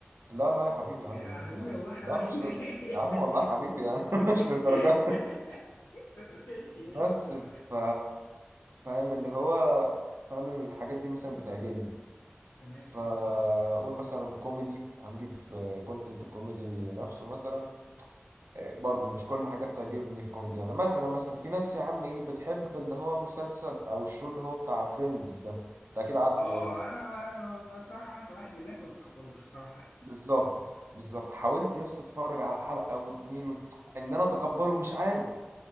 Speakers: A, on the right (about 70°); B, on the left (about 85°).
A: لا لا يا حبيبي يا
B: يا
A: عم
B: حبيبي
A: لا
B: الله احرق
A: لا، مش
B: لك النهاية
A: ل... يا عم والله حبيبي يعني <laughs>
B: <laughs>
A: مش للدرجه
B: ماشي
A: بس
B: ماشي خلاص
A: ف فاهم اللي هو فعلا الحاجات دي مثلا بتعجبني
B: تمام
A: فأقول مثلا كوميدي هنجي في كونتنت الكوميدي نفسه مثلا إيه، برضو مش كل حاجة بتعجبني في كوميدي يعني مثلا مثلا في ناس يا عم ايه بتحب اللي هو مسلسل او الشو اللي هو بتاع فريندز ده انت اكيد عارفه
B: اه
A: برضه
B: انا بقى- بقى- بصراحة انا كواحد من الناس ما بتقبلوش صراحة يعني
A: بالظبط بالظبط حاولت يس اتفرج على حلقة واتنين وت... ان انا اتقبله مش عارف